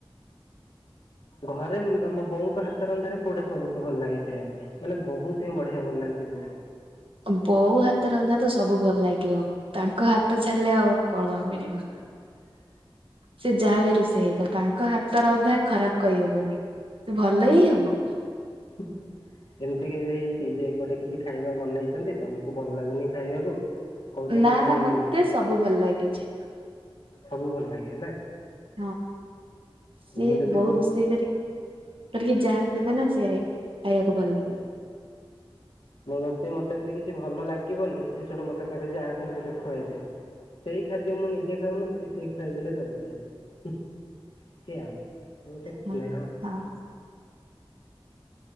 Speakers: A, on the left; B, on the right.
A: ଘରେ ତମ ବୋଉଙ୍କ ହାତ ରନ୍ଧାରେ କଉଟା ସବୁଠୁ ଭଲ ଲାଗେ ଖାଇବା ପାଇଁ? ମାନେ ବହୁତିଁ ବଢିଆ ବନାନ୍ତି <unintelligible>
B: ବୋଉ ହାତ ରନ୍ଧା ତ ସବୁ ଭଲ ଲାଗିବ। ତାଙ୍କ ହାତ ଛାଡ଼ିଲେ ଆଉ କଣ ମିଳିବ?
A: ହ
B: ସେ ଯାହା ବି ରୋଷେଇ ହେଇଥାଉ ତାଙ୍କ ହାତରନ୍ଧା ଖରାପ କହିହବନି। ତ ଭଲ ହିଁ ହବ।
A: ହ ହ। ଏମିତି କେବେ ହେଇଛି ଯେ ଗୋଟେ କିଛି ଖାଇବା ବନେଇଛନ୍ତି ତମକୁ ଭଲ ଲାଗୁନି ଖାଇବାକୁ। କହୁଛ
B: ନା
A: ମୁଁ ଖାଇବିନି
B: ନା ମତେ ସବୁ ଭଲ ଲାଗୁଚି।
A: ସବୁ ଭଲ ଲାଗେ ନା।
B: ହଁ ସିଏ
A: ମୁଁ ଯଦି
B: ବୋଉ
A: କୋଉ
B: ରୋଷେଇ କରି କରିକି ଯାହା ବି ଦେବେନା ସେ ଖାଇବାକୁ ଭଲ ଲାଗେ।
A: ମୋତେ ନାତି ମତେ ଯଦି ଏମିତି କିଛି ଭଲ ଲାଗିବନି ସେ ସେଟୁ ମତେ କହିବେ ଯେ ଆସେ ମୁଁ ତତେ ଖୁଆଇଦେବି। ସେଇ ଖାଦ୍ୟ ମୁଁ ନିଜେ ଖାଉନଥିବି ସେ ଖୁଆଇଦେଲେ ସବୁ ଖାଇବି ସେ ଆଉ ସେ ଗୋଟେ ସ୍ନେହ।
B: ହଁ। ହଁ